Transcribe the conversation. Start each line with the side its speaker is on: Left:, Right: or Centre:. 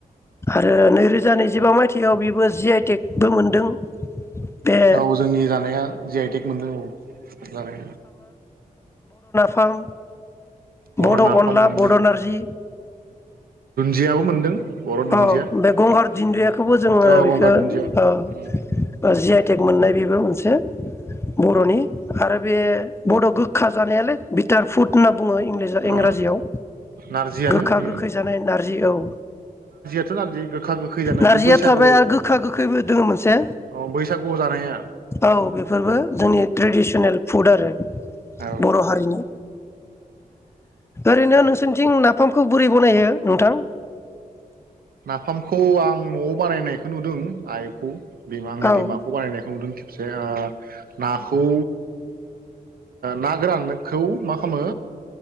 Left: आरो नैरोज जा नैजिबा मायथाइयाव बेबो ज जि आइ टेकबो मोनदों। बे
Right: औ जोंनि जानाया जि आइ टेक मोनदों औ जानाय
Left: ओं
Right: बर'
Left: बड
Right: नाफाम
Left: अनला
Right: मोनदों
Left: बड' नारजि
Right: जियाबो मोनदों बर' दुन्दिया
Left: औ बे गंगार दिन्न्दुयाखौबो
Right: उम
Left: जोंङो
Right: औ
Left: बेखो
Right: गंगार दुन्दिया
Left: ओ
Right: उम
Left: -ओ जि आइ टेक मोननाय बेबो मोनसे बरनि आरो बे बड गोखा जानायालोइ बिटार फुट <unintelligible> बुंङो
Right: ओ
Left: इंराजियाव
Right: नारजियानो
Left: गोखा
Right: बेयो
Left: गोखै जानाय नारजि औ
Right: <unintelligible> गोखा गोखै जानाय
Left: नारजिया
Right: बे बैसागु
Left: थाबाय आरो गोखा गोखैबो दोङो मोनसे
Right: अ बैसागु जानाया
Left: औ बेफोरबो जोंनि ट्रेडिसनेल फुड आरो
Right: औ
Left: बर हारिनि ओरैनो नोंसोरनिथिं नाफामखौ बोरै बनायो नोंथां
Right: नाफामखौ आं नआव बानायनायखौ नुदों आइखौ बिमा आंनि बिमाखौ
Left: औ
Right: बानायनायखौ नुदों खेबसे नाखौ ना गोरान खौ मा खालामो